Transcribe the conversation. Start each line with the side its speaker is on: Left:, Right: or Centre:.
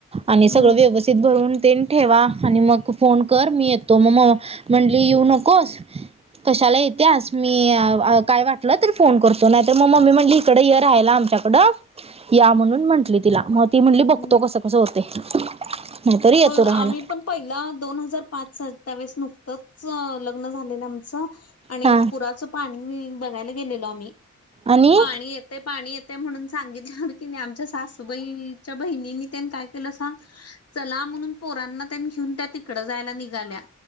Right: आणि
Left: हम्म
Right: सगळं व्यवस्थित भरून ते ठेवा आणि मग फोन कर मी येतो मग म म्हंणली येऊ नकोस कशाला येतेस मी काय वाटलं तर फोन करतो नाही तर मग मम्मी म्हणली इकडे हे राहाला आमच्याकडं या म्हणून म्हंटली तिला मग ती म्हंली बघतो
Left: हम्म
Right: कसं कसं होते नाहीतरी येतो
Left: हो
Right: राहायला
Left: आम्ही पण पहिला दोन हजार पाच सवेळेस नुकतंच लग्न झालेलं आमचं आणि
Right: हा
Left: पुराचं पाणी बघायला गेलेलो आम्ही
Right: आणि
Left: पाणी येत ते पाणी येते म्हणून सांगितले हो की नाही आमच्या सासूबाई च्या बहिणीनी त्यानी काय केलं सांग चला म्हणून पोरांना त्यांनी घेऊन त्या तिकडं जायला निघाल्या